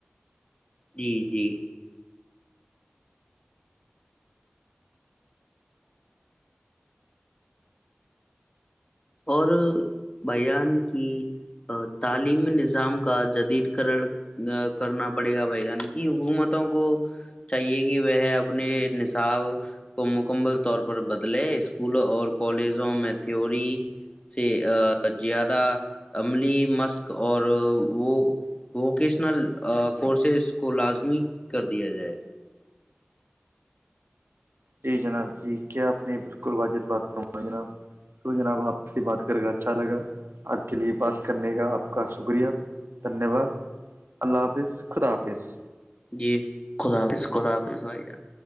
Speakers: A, on the left; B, on the right.
A: جی جی اور بیان کی <inaudible> تعلیمی نظام کا جدید کرڑ ا کرنا پڑے گا بھائی جان کی حکومتوں کو چاہیے کہ وہ اپنے نصاب کو مکمل طور پر بدلے اسکولوں اور کالجوں میں تھیوری سے زیادہ عملی مشق اور وہ ووکیشنل کورسز کو لازمی کر دیا جائے
B: جی جناب جی کیا آپ نے بالکل واجد بات کروں ہے جناب تو جناب آپ سے بات کر کے اچھا لگا آپ کے لیے بات کرنے کا آپ کا شکریہ دھنیہ واد اللہ حافظ خدا حافظ
A: جی خدافظ خداظ بھائی جان